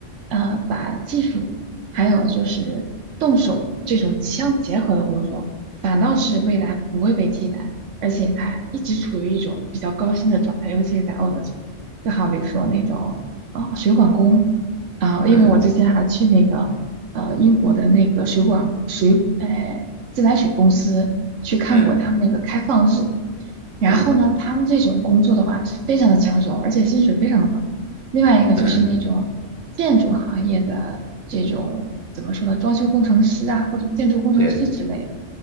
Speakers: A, on the right (about 75°); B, on the right (about 25°).
A: 呃，把技术。还有就是动手这种相结合的工作，反倒是未来不会被替代，而且它一直处于一种比较高薪的状态，尤其是在澳洲这边。就好比说那种呃水管工啊、因为我之前还去那个呃英国的那个水管水呃自来水公司去看过他们那个开放日，
B: 嗯嗯
A: 然后呢，
B: 嗯
A: 他们这种工作的话是非常的抢手，而且薪水非常的高。另外一个就是那种建筑行业的这种怎么说呢，
B: 嗯，嗯
A: 装修工程师啊，或者建筑工程师之类的，
B: 对